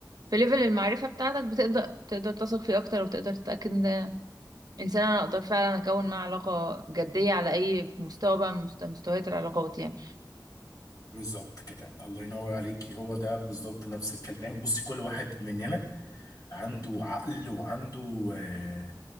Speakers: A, on the right; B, on the left.
A: في ليفل المعرفة بتاعتك بتقدر تقدر تثق فيه اكتر وتقدر تتأكد انسان انا اقدر فعلا اكون معاه علاقه جديه على اي مستوى بقى من مست- مستويات العلاقات يعني
B: بالظبط كده الله ينور عليكي هو ده بالظبط نفس الكلام بصي كل واحد مننا عنده عقل وعنده آه،